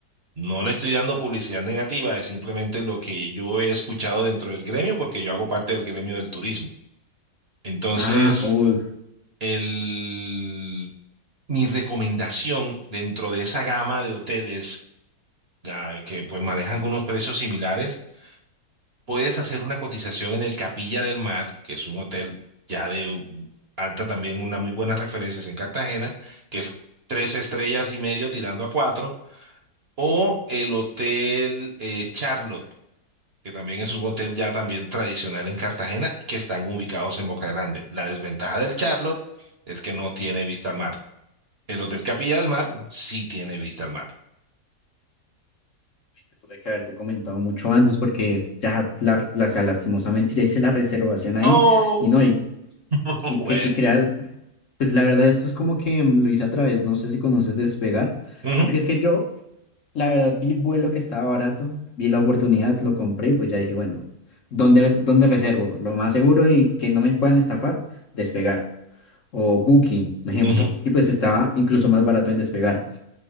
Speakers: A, on the right; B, on the left.
A: No le estoy dando publicidad negativa, es simplemente lo que yo he escuchado dentro del gremio, porque yo hago parte del gremio del turismo. Entonces,
B: Ah, uy,
A: el, mi recomendación dentro de esa gama de hoteles ah, que pues manejan algunos precios similares Puedes hacer una cotización en el Capilla del Mar, que es un hotel ya de alta también, una muy buenas referencias en Cartagena, que es tres estrellas y medio tirando a cuatro, o el Hotel eh, Charlotte, que también es un hotel ya también tradicional en Cartagena y que están ubicados en Boca Grande. La desventaja del Charlotte es que no tiene vista al mar. El Hotel Capilla del Mar sí tiene vista al mar.
B: te tuve que haberte comentado mucho antes porque ya, la, la- o sea, lastimosamente ya hice la reservación ahí
A: Oh,
B: y no, y,
A: <laughs>
B: y,
A: bueno.
B: cre- y creas, pues la verdad esto es como que mm, lo hice a través, no sé si conoces Despegar,
A: Ujú,
B: porque es que yo, la verdad, vi el vuelo que estaba barato, vi la oportunidad, lo compré y pues ya dije, bueno, ¿dónde, dónde reservo? Lo más seguro y que no me puedan estafar, Despegar o Booking, un ejemplo,
A: ujú.
B: y pues estaba incluso más barato en Despegar.